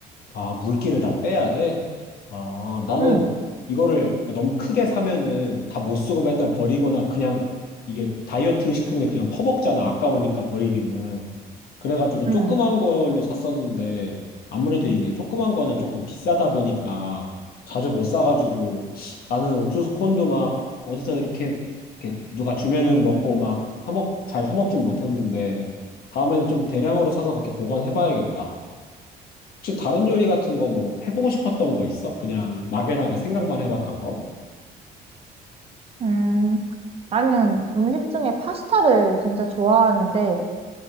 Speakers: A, on the left; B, on the right.
A: 아, 물기를 다 빼야 돼? 아, 나는
B: 응,
A: 이거를 그러니까 너무 크게 사면은 다 못 쓰고 맨날 버리거나 그냥 이게 다이어트 식품에 그냥 퍼먹잖아. 아까우니까 버리기는. 그래가지고
B: 응,
A: 조그만 걸로 샀었는데 아무래도 이게 조그만 거는 조금 비싸다 보니까 자주 못 사가지고 나는 옥수수 콘도 막 어디서 이렇게, 이렇게 누가 주면은 먹고 막 사먹, 잘 사먹진 못했는데 다음에는 좀 대량으로 사서 그렇게 보관해봐야겠다. 혹시 다른 요리 같은 거 뭐 해보고 싶었던 거 있어? 그냥 막연하게 생각만 해봤던 거?
B: 음. 나는 음식 중에 파스타를 진짜 좋아하는데